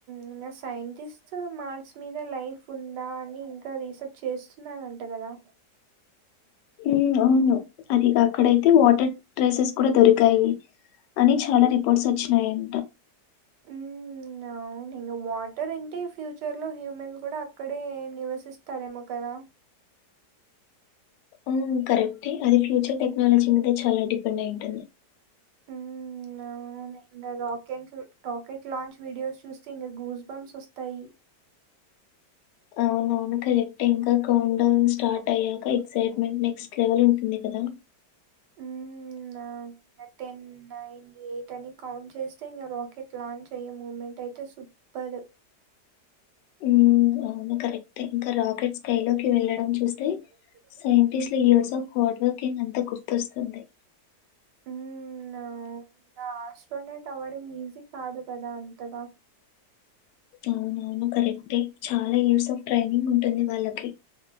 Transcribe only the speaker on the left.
మ్మ్ అవును అది అక్కడయితే వాటర్ ట్రైసెస్ కూడా దొరికాయి అని చాలా రిప్ పోర్ట్స్ వచ్చినాయి అంటా
మ్మ్ కరెక్టే అది ఫ్యూచర్ టెక్నాలజీ మీద చాలా డిపెండ్ అయింటుంది
అవునువును కరే కరెక్టె
ఇంకా కౌంట్ డౌన్ స్టార్ట్
అయ్యాక
ఎక్సైట్మెంట్
నెక్స్ట్ లెవెల్ ఉంటుంది కదా
మ్మ్ అవునా కరెక్టే ఇంకా
రాకెట్ స్కై లోకి వెళ్ళడం చూస్తే
సైంటిస్ట్ ల years of hard
working అంతా గుర్తొస్తుంది
అవునవును కరెక్టే చాలా ఇయర్స్ ఆఫ్ ట్రైనింగ్ ఉంటుంది వాళ్ళకి